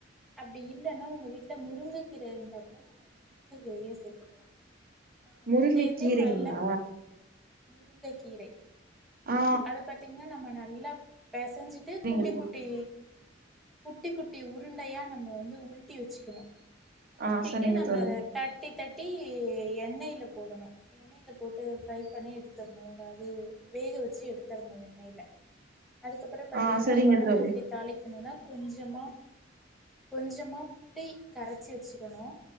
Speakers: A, in the centre; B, on the right.
A: அப்டி இல்லன்னா உங்க வீட்ல முருங்க கீர இருந்தா கூட நம்ம முருங்ககீரையே சேத்துக்கலா ஆ
B: முருங்க
A: சேத்தே
B: கீரைங்களா
A: நல்லா முருங்கை கீரை
B: ஆ
A: அத பத்தீங்கன்னா நம்ம நல்லா பேசஞ்சிட்டு
B: சரிங்க
A: குட்டி
B: தோழி
A: குட்டி குட்டி குட்டி உருண்டையா நம்ம வந்து உருட்டி வச்சுக்கணு உருட்டிட்டு
B: ஆ சரிங்க
A: நம்ம
B: தோழி
A: அத தட்டி தட்டி எண்ணைல போடனு எண்ணெயில போட்டு ஃப்ரை பண்ணி எடுத்தர்ணு அதாவுது வேக வச்சு எடுத்தர்னு எண்ணைல அதுக்கப்புறோ பாத்தீங்கன்னா
B: ஆ சரிங்க
A: கொழம்பு
B: தோழி
A: எப்டி தாளிக்கணுனா கொஞ்சமா கொஞ்சமா புளி கரச்சி வச்சுக்கணு